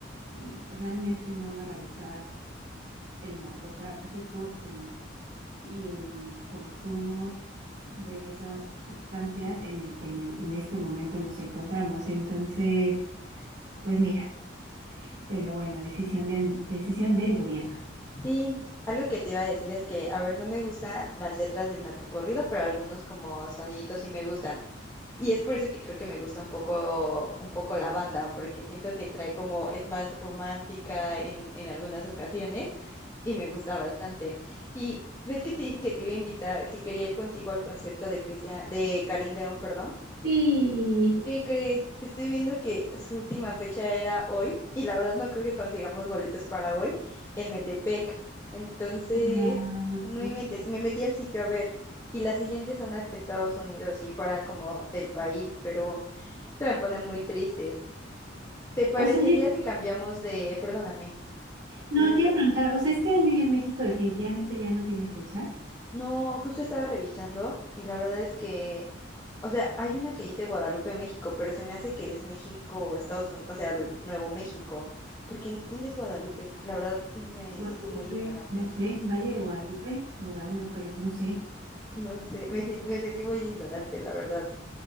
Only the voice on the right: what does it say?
mm, realmente no va a erradicar el narcotráfico en el, y el consumo de esas sustancias en el que en, el- en este momento nos encontramos. Entonces, pues mira. Pero bueno, decisión del, decisión del gobierno.
Sí.
Ay.
O sea, ya-
no,
te iba
a preguntar, o sea, este año ya en México definitivamente ya no tiene fechas.
Guadalupe,
no sé, Valle de Guadalupe, no va, no creo, no sé.